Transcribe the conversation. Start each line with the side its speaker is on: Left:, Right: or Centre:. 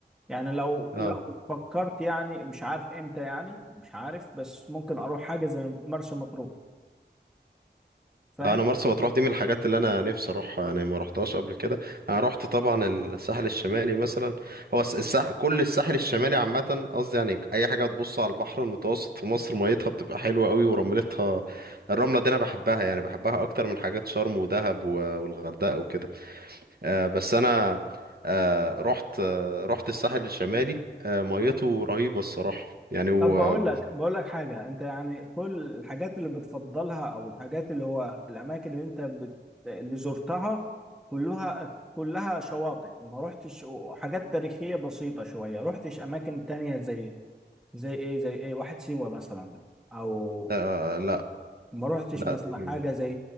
Centre: يعني لو
Right: اه
Centre: لو فكرت يعني مش عارف امتى يعني مش عارف بس ممكن اروح حاجه زي مرسى مطروح فاهم
Right: انا مرسى مطروح دي من الحاجات اللي انا نفسي اروحها يعني ما رحتهاش قبل كده انا رحت طبعا الساحل الشمالي مثلا هو الس- الساح... كل الساحل الشمالي عامه قصدي يعني اي حاجه تبص على البحر المتوسط في مصر ميتها بتبقى حلوه قوي ورملتها الرمله دي انا بحبها يعني بحبها اكتر من حاجات شرم ودهب و- والغردقه وكده آه بس انا آه رحت آه رحت الساحل الشمالي آه ميته رهيبه الصراحه يعني و...
Centre: طب بقول
Right: آه
Centre: لك بقول لك حاجة انت يعني كل الحاجات اللي بتفضلها او الحاجات اللي هو الاماكن اللي انت بت... اللي زرتها كلها كلها شواطئ ما رحتش حاجات تاريخية بسيطة شوية رحتش اماكن تانية زي زي ايه زي ايه واحد سيوة مثلا او
Right: آه، لا
Centre: ما رحتش
Right: لا
Centre: مثلا
Right: دي
Centre: حاجة زي